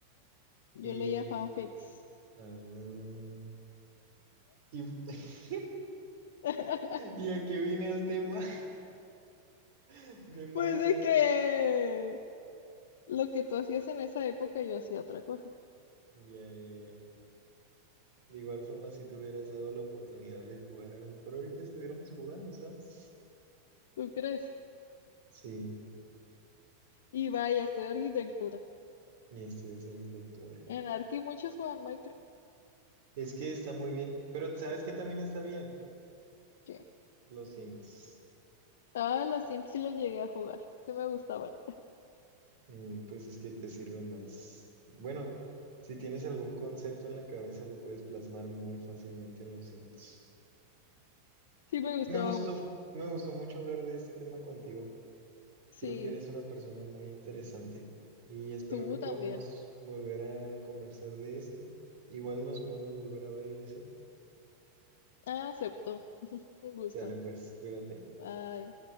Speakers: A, on the left; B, on the right.
A: yo
B: Y,
A: leía fanfics.
B: ah, y, <laughs>
A: <laughs>
B: y aquí viene el tema <laughs> de Minecraft.
A: Pues de que... Lo que tú hacías en esa época, yo hacía otra cosa.
B: Ya, ya, ya. De igual forma, si te hubieras dado la oportunidad de jugar, a lo mejor ahorita estuviéramos jugando, ¿sabes?
A: ¿Tú crees?
B: Sí,
A: Y vaya, estudio arquitectura.
B: y estudias arquitectura.
A: En Arki muchos jugaban Minecraft.
B: Es que está muy bien, pero ¿sabes qué también está bien?
A: ¿Qué?
B: Los Sims.
A: Ah, los Sims sí los llegué a jugar. Sí me gustaban.
B: Mm, pues es que te sirve más. Bueno, si tienes algún concepto en la cabeza, lo puedes plasmar muy fácilmente en los Sims.
A: Sí, me gustaba
B: Me gustó,
A: mucho.
B: me gustó mucho hablar de este tema contigo.
A: Sí,
B: Creo que eres una persona muy interesante y espero
A: tú
B: que podamos
A: también.
B: volver a conversar de esto. Igual nos podemos volver a ver y así.
A: Ah, Acepto. Un gusto.
B: Sale pues, cuídate.
A: Bye.